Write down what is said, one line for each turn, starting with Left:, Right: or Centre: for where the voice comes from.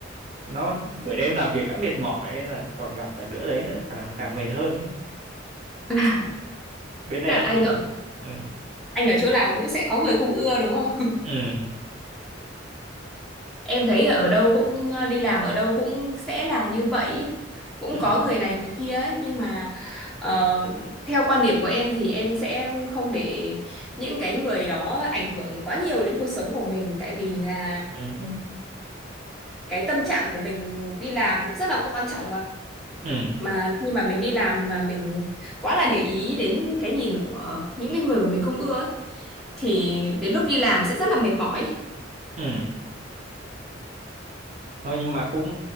Right: nó buổi đêm làm việc đã mệt mỏi nên là còn gặp cả đứa đấy nữa càng càng mệt hơn ấy.
Centre: <laughs>
Right: bên em
Centre: Tức là anh
Right: thì
Centre: ở
Right: ừ
Centre: anh ở chỗ làm cũng sẽ có người không ưa đúng không?
Right: ừ
Centre: Em thấy ở đâu cũng ờ, đi làm ở đâu cũng sẽ là như vậy ý. Cũng
Right: ừ
Centre: có người này người kia ấy nhưng mà ờ, theo quan điểm của em thì em sẽ không để những cái người đó ảnh hưởng quá nhiều đến cuộc sống của mình tại vì là
Right: ừ ừ
Centre: cái tâm trạng của mình đi làm cũng rất là quan trọng mà
Right: ừ ừ,
Centre: mà khi mà mình đi làm mà mình quá là để ý đến cái nhìn của những cái người mà mình không ưa ấy, thì đến lúc đi làm sẽ rất là mệt mỏi.
Right: ừ. Thôi nhưng mà cũng